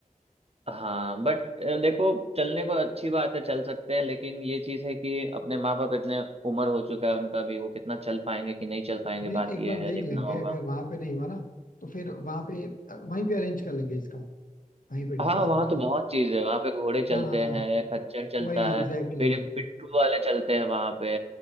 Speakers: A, on the right (about 45°); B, on the left (about 80°).
A: हाँ बट देखो चलने को अच्छी बात है चल सकते हैं लेकिन ये चीज है कि अपने माँ बाप इतने उम्र हो चुका है उनका भी वो कितना चल पाएंगे कि नहीं चल पाएंगे
B: नहीं
A: बात
B: एक
A: ये
B: बार
A: है
B: देख
A: देखना
B: लेंगे
A: होगा
B: अगर वहां पे नहीं हुआ ना तो फिर वहां पे वहीं पे अरेंज कर लेंगे इसका वहीं पे डिस्कस
A: हाँ वहाँ
B: करके
A: तो बहुत चीज है वहाँ पे घोड़े चलते
B: हाँ हाँ
A: हैं खच्चर चलता
B: वही एग्जैक्टली
A: है फिर पिट्ठू वाले चलते हैं वहाँ पे